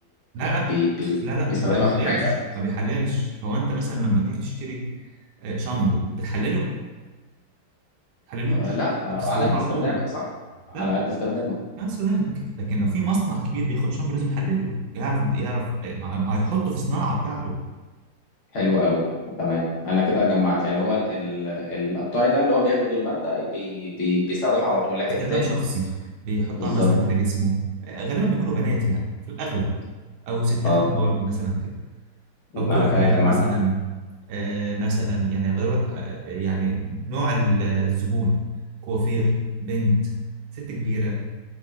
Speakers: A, on the right; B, on the left.
A: لا لا
B: بي بي
A: لا لا
B: بيستخدمها
A: ما بيحللش
B: في حاجة
A: ما بيحللش هو انت مثلا لما تروح تشتري آه، شامبو بتحلله ما بتحللوش
B: آه لا آه
A: انت بتستخدمه
B: على قد
A: على
B: استخدامك
A: طول
B: صح على
A: لا
B: قد استخدامك
A: ما استخدامك لكن لو في مصنع كبير بياخد شامبو لازم يحلله يعرف يعرف آه، ما ما هيحطه في صناعة بتاعته
B: حلو قوي تمام انا كده جمعت يعني هو ال- ال- القطاعي ده اللي هو بياخد المادة بي بي بيستخدمها على طول لكن
A: استخدام
B: التاني
A: شخصي بيحطها
B: بالظبط
A: مثلا على جسمه آه، غالبا بيكونوا بنات يعني في الأغلب أو ستات
B: اه
A: كبار
B: تمام
A: مثلا كده
B: انا
A: أو كوافيرات
B: كده جمعت
A: مثلا
B: معاك
A: آه، مثلا يعني بضربك آه، يعني نوع ال- الزبون كوافير بنت ست كبيرة